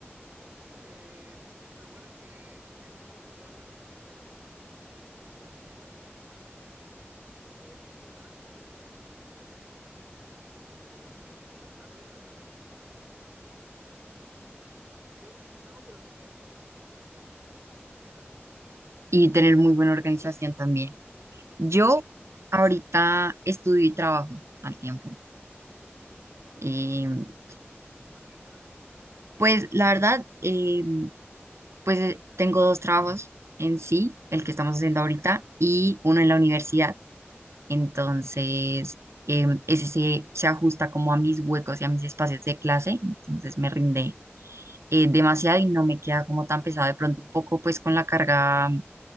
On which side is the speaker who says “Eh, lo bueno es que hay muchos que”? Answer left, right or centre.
Right